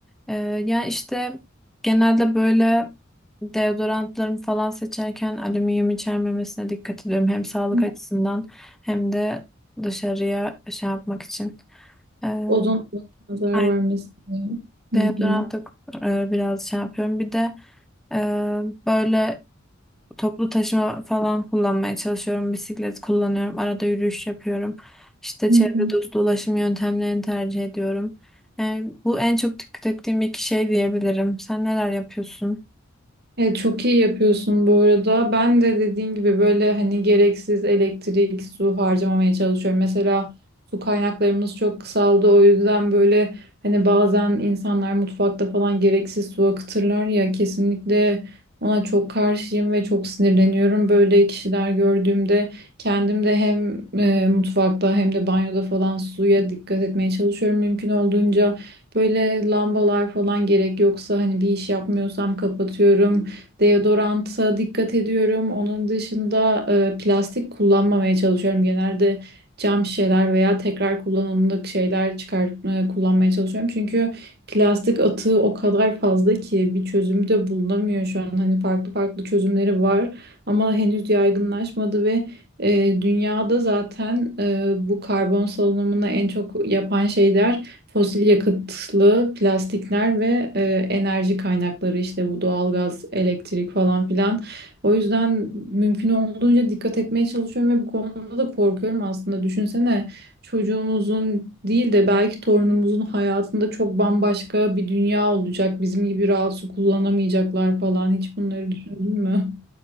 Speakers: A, in the centre; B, on the right.
A: E, yani işte genelde böyle deodorantlarımı falan seçerken alüminyum içermemesine dikkat ediyorum. Hem sağlık
B: Hı.
A: açısından hem de dışarıya şey yapmak için. Ee,
B: Ozon tabakasına zarar
A: ben
B: vermesin diye.
A: deodorant
B: Hı hı.
A: da e, biraz şey yapıyorum. Bir de e, böyle toplu taşıma falan kullanmaya çalışıyorum. Bisiklet kullanıyorum. Arada yürüyüş yapıyorum. İşte
B: Hı
A: çevre
B: hı.
A: dostu ulaşım yöntemlerini tercih ediyorum. Yani bu en çok dikkat ettiğim iki şey diyebilirim. Sen neler yapıyorsun?
B: Evet, çok iyi yapıyorsun bu arada. Ben de dediğin gibi böyle hani gereksiz elektrik, su harcamamaya çalışıyorum. Mesela su kaynaklarımız çok kısaldı. O yüzden böyle hani bazen insanlar mutfakta falan gereksiz su akıtırlar ya kesinlikle ona çok karşıyım ve çok sinirleniyorum. Böyle kişiler gördüğümde kendim de hem e, mutfakta hem de banyoda falan suya dikkat etmeye çalışıyorum mümkün olduğunca. Böyle lambalar falan gerek yoksa hani bir iş yapmıyorsam kapatıyorum. Deodoranta dikkat ediyorum. Onun dışında e, plastik kullanmamaya çalışıyorum. Genelde cam şişeler veya tekrar kullanımlık şeyler çıkar e, kullanmaya çalışıyorum. Çünkü plastik atığı o kadar fazla ki bir çözümü de bulunamıyor şu an. Hani farklı farklı çözümleri var ama henüz yaygınlaşmadı ve e, dünyada zaten e, bu karbon salınımını en çok yapan şeyler Fosil yakıtlı plastikler ve e, enerji kaynakları işte bu doğalgaz, elektrik falan filan. O yüzden mümkün olduğunca dikkat etmeye çalışıyorum ve bu konuda da korkuyorum aslında. Düşünsene çocuğumuzun değil de belki torunumuzun hayatında çok bambaşka bir dünya olacak. Bizim gibi rahat su kullanamayacaklar falan. Hiç bunları düşündün mü?